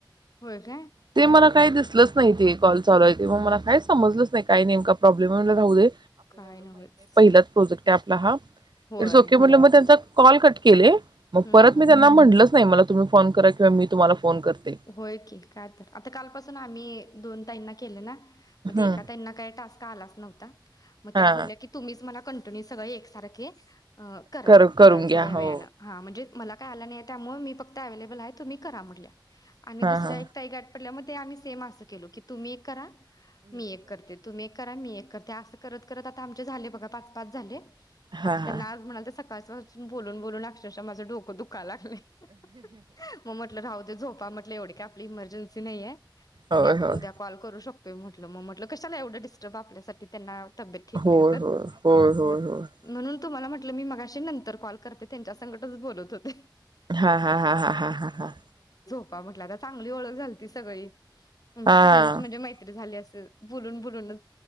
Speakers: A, on the left; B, on the right.
A: होय काय
B: ते मला काही दिसलंच नाही ते कॉल चालू आहे ते मग मला काय समजलच नाही काय नेमका प्रॉब्मल हाय म म्हणलं राहू दे
A: काय नव्हच
B: त्यात प्रोजेक्ट आहे आपला हा
A: होय
B: इट्स ओके म्हटले मग त्यांचा कॉल कट केले मग
A: हम्म
B: परत
A: हम्म
B: मी त्यांना
A: हम्म
B: म्हटलंच नाही मला तुम्ही फोन करा किंवा मी तुम्हाला फोन करते.
A: होय की काय तर आता कालपासून आम्ही दोन ताईंना केलं ना मग
B: हम्म.
A: एका ताईना काय टास्क कालाच नव्हता मग
B: हा
A: त्या बोलल्या कि तुम्हीच मला कंटिन्यू सगळे एक सारखे करा
B: कर करून
A: थोड्या
B: घ्या
A: थोड्या
B: हो
A: वेळनें हां म्हणजे मला काय आलं नाहीय त्यामुळे मी फक्त अवेलेबल आहे तुम्ही करा म्हटलं आणि
B: हा
A: दुसऱ्या
B: हा
A: एक ताई गाठ पडल्या म ते आम्ही सेम असं केलो की तुम्ही एक करा मी एक करते तुम्ही एक करा मी एक त्या अस करत करत आता आमचे झाले बघा पाच पाच झाले
B: हा
A: आता
B: हा
A: त्यांना आज म्हणाल तसं <unintelligible> बोलून बोलून अक्षरशः डोक दुःखायला लाग मग म्हटलं राहु दे झो म्हटल एवढी का आपली इमर्जन्सी नाहीे
B: होय
A: आणि आपण
B: होय
A: उद्या कॉल करू शकतो त म्हटलं मग म्हटलं कशाला एवढं डिस्टर्ब आपल्यासाठी त्यांना तब्येत ठीक
B: होय
A: नाही तर
B: होय होय होय
A: मग
B: होय
A: म्हणून तुम्हाला म्हटलं मी मगाशी नंतर कॉल करते त्यांच्या संकटच बोलत होते
B: हां-हां-हां-हां-हां-हां-हां
A: <unintelligible> म्हटल आता चांगली ओखळ झाली होती सगळी आमची
B: हा
A: चांगलीच
B: हा
A: म्हणजे मैत्री झाली असती ते बुलून बुलूनच